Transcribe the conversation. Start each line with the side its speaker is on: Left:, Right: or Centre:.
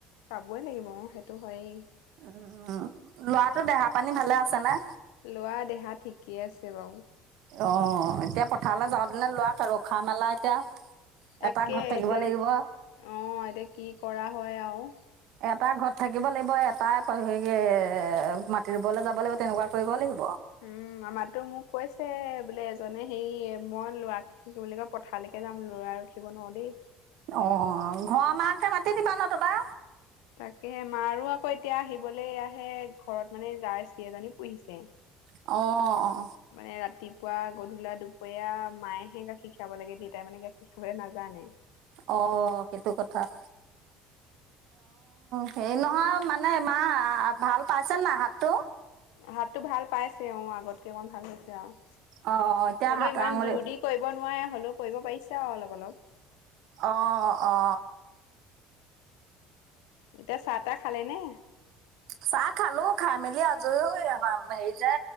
Left: চাবই লাগিব অ সেইটো হয়েই।
Right: উম, লৰাটো দেহা পানী ভালে আছে নে।
Left: ল'ৰা দেহা ঠিকেই আছে বাৰু
Right: অ' এতিয়া পথাৰলৈ যাওঁতেনে লোৱক আৰু খ মেলা এতিয়া
Left: তাকে
Right: এটা ঘৰত থাকিব
Left: এতিয়া
Right: লাগিব,
Left: অ এতিয়া কি কৰা হয় আৰু।
Right: এটা ঘৰত থাকিব লাগিব এটা হেৰি মাটি ৰুবলৈ যাব লাগিব তেনেকুৱা কৰিব লাগিব।
Left: উম আমাৰতো মোক কৈছে বোলে এজনে হেৰি মই লোৱাক। কি বুলি কয় পথাৰালৈকে যাম ল'ৰা। নোৱাৰো দেই
Right: অ' ঘৰ মাহকে মাতি দিবা ন তোবা
Left: তাকেহ মাৰো আকৌ এতিয়া আহিবলৈ আহে ঘৰত মানে যাৰ চি এজনী পুহিছে।
Right: অ অ
Left: মানে ৰাতি। পুৱা গধূলা দুপৰীয়া মায়েহে গাখীৰ খাব লাগে দেউতাই মানে গাখীৰ খাবলৈ নাজানে।
Right: অ 'সেইটো কথা অ' হেৰি নহয় মানে ইমাহ ভাল পাইছে না হাতটো
Left: হাতটো ভাল পাইছে অঁ আগতকৈ অকমান ভাল হৈছে আৰু অ'
Right: অ', এতিয়া
Left: হলেও
Right: হাত
Left: ইমান
Right: আঙুলি
Left: জোৰ দি কৰিব নোৱাৰে হ'লেও কৰিব পাৰিছে আৰু অলপ অলপ।
Right: অ অ
Left: এতিয়া চাহ তাহ খালে নে?
Right: চাহ খালো খাই মেলি আজৰি হেৰি যে